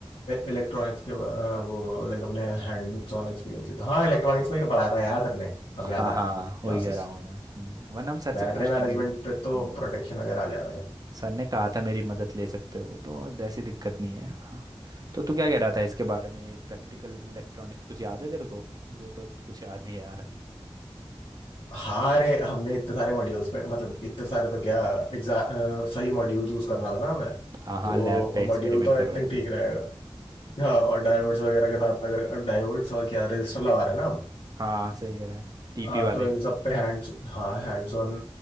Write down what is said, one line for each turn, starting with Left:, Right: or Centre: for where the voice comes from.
Left: इलेक्ट्रॉनिक्स के अह, वो लाइक हमने हैंड्स ऑन एक्सपीरियंस था हाँ इलेक्ट्रॉनिक्स में ही तो पढ़ाया था यार सबने अब
Right: हाँ
Left: याद आया
Right: हाँ
Left: क्लासेस
Right: वही कह रहा हूँ मैं हम्म, वरना हम सर
Left: बैटरी
Right: से पूछ
Left: मैनेजमेंट
Right: लेंगे हम्म,
Left: पे तो प्रोटेक्शन वगैरह आ जाएगा शायद
Right: सर ने कहा था मेरी मदद ले सकते हो तो ऐसी दिक्कत नहीं है हाँ। तो तू क्या कह रहा था इसके बारे में प्रैक्टिकल इलेक्ट्रॉनिक्स कुछ याद है तेरे को मुझे तो कुछ याद नहीं है यार अभी
Left: हाँ अरे हमने इतने सारे मॉड्यूल्स पे मतलब इतने सारे तो क्या एग्जैक्ट सही मॉड्यूल चूज करना था ना हमें
Right: हाँ हाँ
Left: तो
Right: लैब पे तो एक्सपेरिमेंट
Left: मॉड्यूल तो आई
Right: करवाए
Left: थिंक ठीक
Right: थे
Left: रहेगा हाँ और डायोड्स वगैरह के साथ अगर डायोड्स और क्या रजिस्टर लगा रहे हैं ना आप,
Right: हाँ सही कह रहा है टीपी
Left: आ,
Right: वाले
Left: तो इन सब पे हैंड्स हाँ हैंड्स ऑन